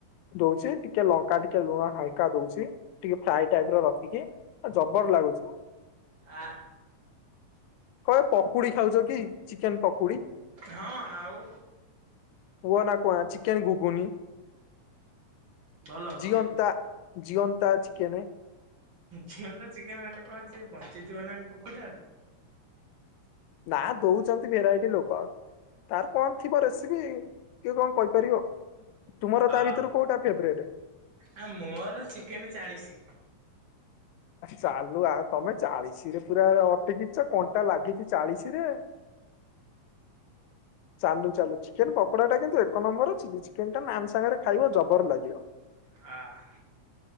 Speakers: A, on the left (about 80°); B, on the right (about 45°).
A: ଦଉଛି ଟିକେ ଲଙ୍କା ଟିକେ ଲୁଣ ହାଲକା ଦଉଛି। ଟିକେ ଫ୍ରାଏ ଟାଇପ ର ରଖିକି ଆ ଜବର ଲାଗୁଛିମ।
B: ଆ
A: କଣ ପକୁଡି ଖାଉଛ କି ଚିକେନ ପକୁଡି?
B: ହଁ ଆଉ।
A: ହୁ ନା କଣ ଚିକେନ ଘୁଗୁନି
B: ଭଲ ଭଲ।
A: ଜୀଅନ୍ତା ଜିଅନ୍ତା ଚିକେନେ।
B: ଝିଅଟା ଚିକେନ ମାନେ କଣ ସେ ବଞ୍ଚିଥିବ ନା କୁକୁଡାଟା?
A: ନା ଦଉଛନ୍ତି ଭେରାଇଟି ଲୋକ। ତାର କଣ ଥିବ ରେସିପି କିଏ କଣ କହିପାରିବ ତୁମର
B: ଅ।
A: ତା ଭିତରୁ କୋଉଟା ଫେବରଟ?
B: ଆ ମୋର ଚିକେନ ଚାଳିଶ।
A: ଚାଲୁ ଆଉ ତମେ ଚାଳିଶି ରେ ପୁରା ଅଟିକିଛ କଣ୍ଟା ଲାଗିଛିି ଚାଳିଶି ରେ। ଚାଲୁ ଚାଲୁ ଚିକେନ ପକୋଡାଟା କିନ୍ତୁ ଏକ ନମ୍ବର ଚିଲି ଚିକେନଟା ନାନ୍ ସାଙ୍ଗରେ ଖାଇବ ଜବର ଲାଗିବ।
B: ହାଁ।